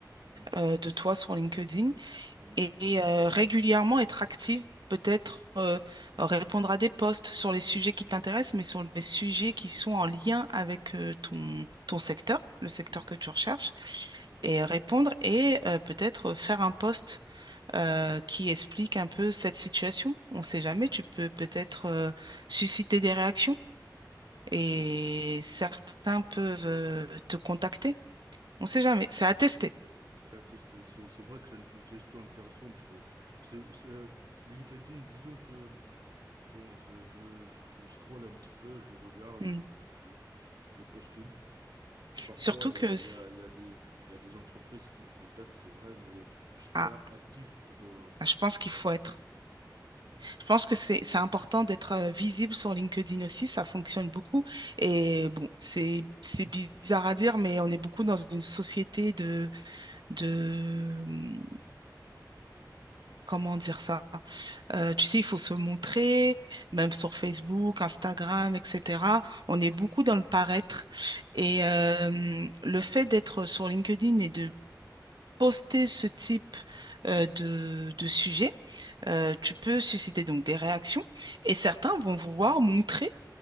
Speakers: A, on the right; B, on the right.
A: Mm,
B: euh, de toi sur LinkedIn
A: mm,
B: et, et, euh, régulièrement être active. Peut-être euh, répondre à des posts sur les sujets qui t'intéressent, mais sur les sujets qui sont en lien avec euh, ton, ton secteur, le secteur
A: mm,
B: que tu recherches,
A: mm,
B: et répondre et euh, peut-être faire un post euh, qui explique un peu cette situation. On ne sait jamais, tu
A: mm.
B: peux peut-être euh, susciter des réactions et
A: C'est vrai.
B: certains peuvent euh, te contacter
A: Mm.
B: On sait jamais. C'est à tester.
A: C'est à tester. C'est c'est vrai que c'est une suggestion intéressante. Je vais. c'est- c'est- euh, LinkedIn, disons que bon, je, je, je scrolle un petit peu, je regarde,
B: Mm.
A: je, je, je postule. Parfois,
B: Surtout
A: il
B: que,
A: y a, il
B: c-
A: y a, il y a des, il y a des entreprises qui me contactent, c'est vrai, mais je suis
B: ah,
A: pas actif dans.
B: ah, je pense qu'il
A: euh,
B: faut être. Je pense que c'est c'est important d'être euh, visible sur LinkedIn aussi. Ça fonctionne beaucoup. Et bon, c'est c'est bizarre à dire, mais on est beaucoup dans une société de de hum, comment dire ça? Euh, tu sais, il faut se montrer, même sur Facebook, Instagram, etc. On est beaucoup dans le paraître.
A: c'est
B: Et
A: vrai.
B: euh, le fait d'être sur LinkedIn et de poster ce type euh, de, de sujet, euh,
A: Mm,
B: tu peux susciter donc des réactions et certains
A: mm,
B: vont vouloir montrer